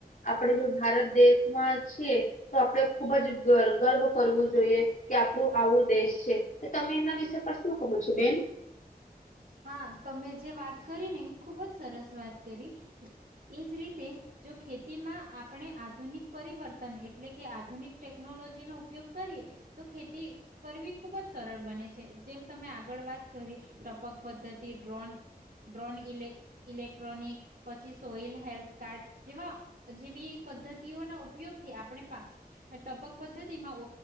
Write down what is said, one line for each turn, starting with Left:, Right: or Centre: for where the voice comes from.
Left: આપણે જો ભારત દેશમાં છીએ તો આપણે ખુબ જ ગર્વ કરવું જોઈએ કે આપણું આવું દેશ છે તમે એના વિષ પર શું કહો છો બેન
Right: હા તમે જે વાત કરી ને ખુબ જ સરસ વાત કરી એજ રીતે જો ખેતીમાં આપણે આધુનિક પરિવર્તન એટલે કે આધુનિક ટેકનોલોજીનો ઉપયોગ કરીએ તો ખેતી કરવી ખુબ જ સરળ બને છે જેમ તમે આગળ વાત કરી ટપક પદ્ધતિ ડ્રોન ડ્રોન ઇલે ઇલેક્ટ્રોનિક પછી સોયલ હેલ્થ કાર્ડ જેવા જેવી પદ્ધતિઓ ના ઉપયોગથી આપણે ટપક પદ્ધતિમાંછ